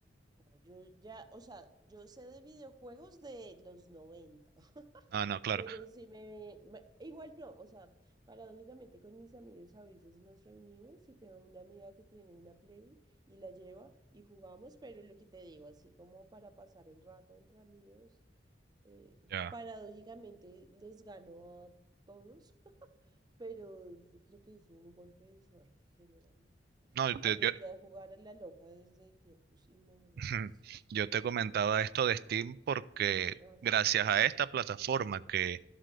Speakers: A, on the right; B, on the right.
A: mira, yo ya, o sea, yo sé de videojuegos de los noventa <laughs>
B: Ah, no, claro.
A: Pero si me, ma- igual no, o sea, paradójicamente con mis amigos a veces nos reunimos y tengo una amiga que tiene una Play y la lleva y jugamos, pero lo que te digo, así como para pasar el rato entre amigos, eh,
B: Ya.
A: paradójicamente les gano a todos, <laughs> pero es- creo que es un golpe de suerte generalmente.
B: No, y
A: Aprendí
B: te- yo,
A: a jugar a la loca desde tiempos inmemorables.
B: <laughs> yo te comentaba esto de Steam porque
A: Ajá.
B: gracias a esta plataforma que